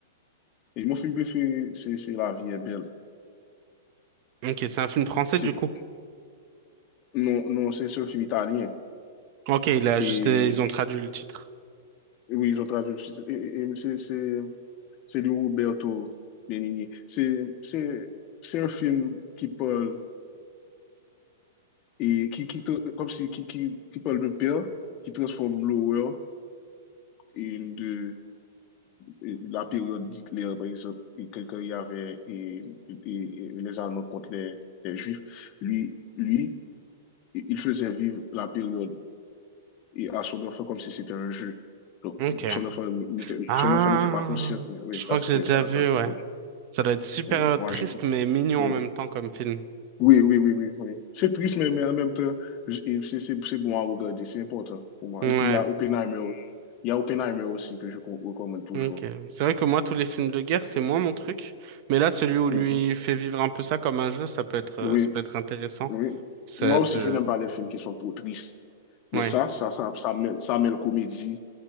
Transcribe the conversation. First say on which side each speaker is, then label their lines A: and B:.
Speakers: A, on the left (about 30°); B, on the right (about 40°).
A: et mon film préféré, c'est c'est La vie est belle.
B: Ok, c'est un film français
A: C'est-
B: du coup.
A: Non, non c'est un film italien.
B: Ok, il a
A: Et
B: juste, ils ont traduit le titre.
A: oui, j'ai traduit. C'est c'est- c'est de Roberto Benigni. C'est c'est- c'est un film qui parle, et qui, qui, comme si, qui, qui, qui parle de père, qui transforme l'horreur de la période d'Hitler, par exemple, quand il y avait les Allemands contre les, les Juifs, lui, lui, il faisait vivre la période à son enfant comme si c'était un jeu. Donc,
B: Ok.
A: son enfant,
B: Ah,
A: son enfant n'était pas conscient que oui,
B: je
A: ça,
B: crois
A: c'était
B: que j'ai déjà
A: ça,
B: vu,
A: ça, c'est
B: ouais.
A: bon.
B: Ça doit être super
A: Hum,
B: euh,
A: Moi,
B: triste
A: j'ai
B: mais mignon
A: oui.
B: en même temps comme film.
A: oui, oui, oui, oui, oui. C'est triste, mais, mais en même temps, c'est bon à regarder, c'est important pour moi.
B: Ouais,
A: Et puis, il y a Oppenheimer, il y a Oppenheimer aussi que je recommande toujours.
B: ok. C'est vrai que moi, tous les films de guerre, c'est moins mon truc. Mais là, celui où
A: Mm
B: lui
A: -hmm.
B: fait vivre un peu ça comme un jeu, ça peut être, euh,
A: Oui,
B: ça peut être intéressant.
A: Oui.
B: Ça,
A: Moi aussi,
B: c'est...
A: je n'aime pas les films qui sont trop tristes. Mais
B: Ouais.
A: ça, ça, ça, ça, mêle, ça mêle comédie